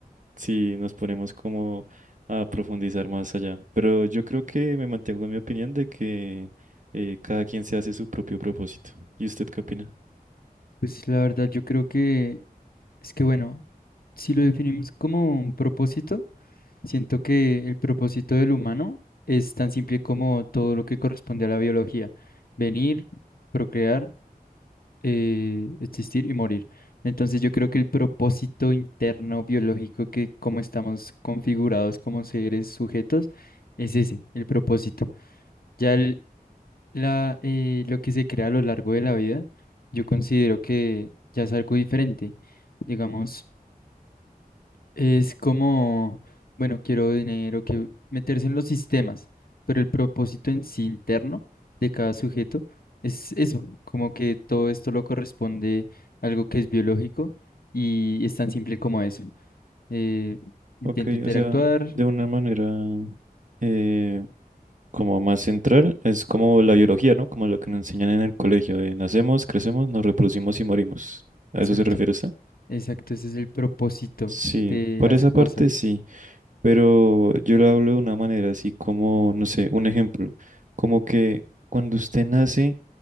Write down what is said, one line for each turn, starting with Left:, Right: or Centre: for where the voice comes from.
Right: si nos ponemos como a profundizar más allá. Pero yo creo que me mantengo en mi opinión de que eh, cada quien se hace su propio propósito. ¿Y usted qué opina?
Left: Pues la verdad yo creo que es que bueno, si lo definimos como un propósito, siento que el propósito del humano es tan simple como todo lo que corresponde a la biología, venir, procrear, eh, existir y morir. Entonces yo creo que el propósito interno biológico que como estamos configurados como seres sujetos es ese, el propósito. Ya el- la, eh, lo que se crea a lo largo de la vida, yo considero que ya es algo diferente. Digamos, es como, bueno, quiero dinero, que meterse en los sistemas, pero el propósito en sí interno de cada sujeto es eso, como que todo esto lo corresponde a algo que es biológico y es tan simple como eso. Eh, intento
Right: Ok,
Left: interactuar,
Right: o sea, de una manera eh, como más central, es como la biología, ¿no? Como lo que nos enseñan en el colegio, de nacemos, crecemos, nos reproducimos y morimos. ¿A
Left: exacto,
Right: eso se refiere usted?
Left: exacto, ese es el propósito
Right: Sí,
Left: de
Right: por
Left: las
Right: esa
Left: cosas.
Right: parte sí, pero yo lo hablo de una manera así como, no sé, un ejemplo, como que cuando usted nace,